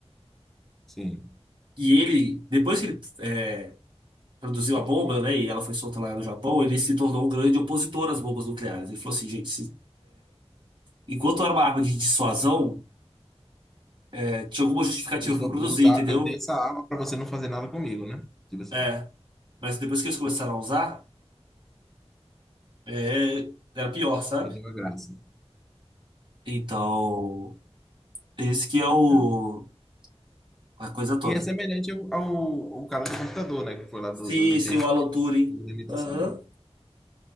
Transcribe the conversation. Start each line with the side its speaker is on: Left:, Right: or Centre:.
Centre: Sim.
Right: E ele, depois que ele é, produziu a bomba, né, e ela foi solta lá no Japão, ele se tornou um grande opositor às bombas nucleares. Ele falou assim, gente, se- enquanto era uma arma de dissuasão, é, tinha alguma justificativa
Centre: Eu só
Right: para produzir,
Centre: vou usar,
Right: entendeu?
Centre: eu tenho essa arma para você não fazer nada comigo, né? Tipo assim,
Right: É, mas depois que eles começaram a usar, é, era pior, sabe?
Centre: perdeu a graça.
Right: Então, esse que é o,
Centre: né?
Right: a coisa toda.
Centre: E é semelhante ao, ao, ao cara do computador, né? Que foi lá
Right: sim
Centre: do, do Imitation,
Right: sim o Alan Turing,
Centre: da imitação.
Right: aham,